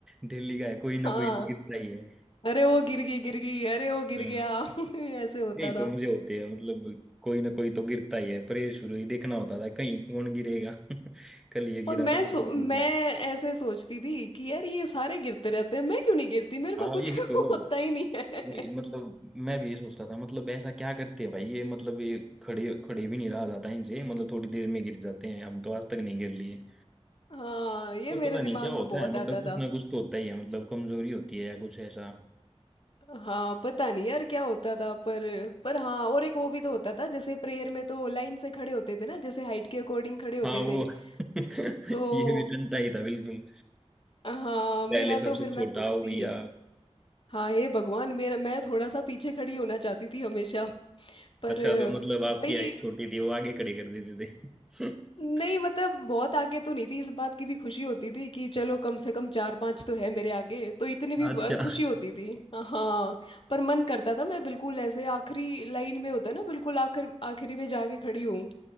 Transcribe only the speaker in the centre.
दिल्ली का है कोई ना
कोई तो गिरता ही है
हाँ
यही
तो मजे होते हैं मतलब कोई ना कोई तो गिरता ही है परे शुरू ही देखना होता था कहीं कौन गिरेगा <laughs> कल ये गिरा
था आज
कौन
गिरेगा
हाँ
यही
तो
वही, मतलब मैं भी ये सोचता था मतलब ऐसा क्या करते हैं भाई ये मतलब ये खड़े खड़े भी नहीं रहा जाता इनसे मतलब थोड़ी देर में गिर जाते हैं हम तो आज तक नहीं गिर लिए
ये
पता
नहीं क्या होता
है मतलब
कुछ
ना कुछ तो होता ही है मतलब कमजोरी होती है या कुछ ऐसा
हाँ
वो <laughs> ये
भी टंटा ही था बिल्कुल
पहले
सबसे
छोटा
हो भैया
अच्छा तो मतलब आपकी
हाइट छोटी थी वो आगे खड़े कर देते थे <laughs>
अच्छा